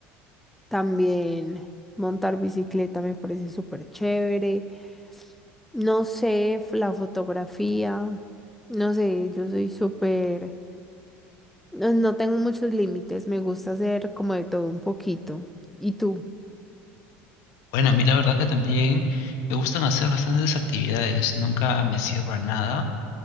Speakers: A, in the centre; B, on the left.
A: también montar bicicleta me parece súper chévere. No sé, f- la fotografía, no sé, yo soy súper No no tengo muchos límites, me gusta hacer como de todo un poquito. ¿Y tú?
B: Bueno, a mí la verdad que también me gustan hacer bastantes actividades, nunca me cierro a nada.